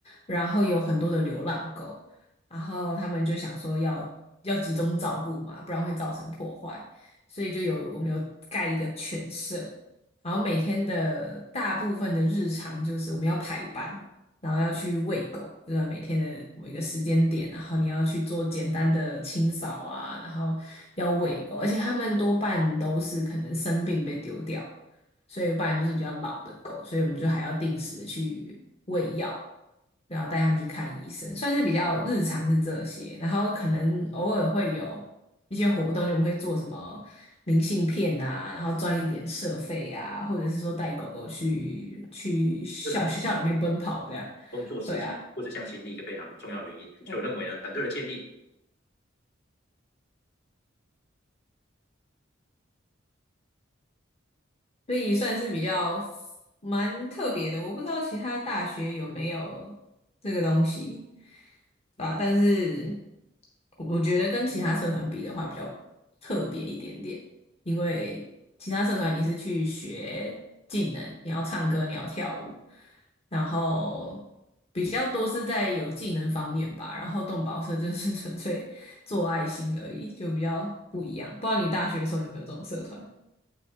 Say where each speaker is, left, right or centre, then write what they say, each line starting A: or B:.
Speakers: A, on the left; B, on the left.
A: 然后有很多的流浪狗，然后他们就想说要要集中照顾嘛，不然会造成破坏，所以就有我们有盖一个犬舍，然后每天的大部分的日常就是我们要排班。然后要去喂狗，就是每天的某一个时间点，然后你要去做简单的清扫啊，然后要喂狗，而且他们多半都是可能生病被丢掉，所以不然就是比较老的狗，所以我们就还要定时的去喂药，然后带他们去看医生，算是比较日常是这些，然后可能偶尔会有一些活动，就我们会做什么明信片啊，然后赚一点社费啊，或者是说带狗狗去去校学校里面奔跑这样，
B: 这很工作事情或者向心力一个非常重要的原因。
A: 对啊。
B: 所以我认为呢，团队的建立，
A: 所以算是比较蛮特别的。我不知道其他大学有没有这个东西，对吧？但是我我觉得跟其他社团比的话，比较特别一点点，因为其他社团你是去学技能，你要唱歌，你要跳舞，然后比较多是在有技能方面吧。然后动保社就是纯粹做爱心而已，就比较不一样。不知道你大学的时候有没有这种社团？